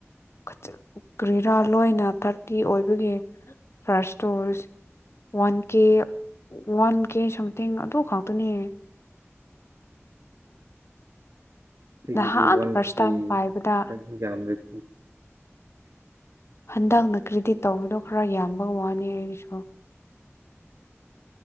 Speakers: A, on the left; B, on the right.
A: ꯈ ꯀ꯭ꯔꯤꯔꯥ ꯂꯣꯏꯅ ꯊꯥꯔꯇꯤ ꯑꯣꯏꯕꯒꯤ ꯐꯥꯔꯁꯇꯣꯁ ꯋꯥꯟ ꯀꯦ ꯋꯥꯟ ꯀꯦ ꯁꯝꯊꯤꯡ ꯑꯗꯨ ꯈꯥꯛꯇꯅꯦ
B: ꯑꯩꯈꯣꯏꯒꯤꯗꯤ
A: ꯅꯍꯥꯟ
B: ꯋꯥꯟ
A: ꯐꯥꯔꯁ
B: ꯀ
A: ꯇꯥꯏꯝ ꯄꯥꯏꯕꯗ
B: ꯀ ꯌꯥꯝꯗ <inaudible>
A: ꯍꯟꯗꯛꯅ ꯀ꯭ꯔꯤꯗꯤꯠ ꯇꯧꯕꯗꯣ ꯈꯔ ꯌꯥꯝꯕꯒ ꯋꯥꯅꯤ ꯑꯩꯒꯤꯁꯨ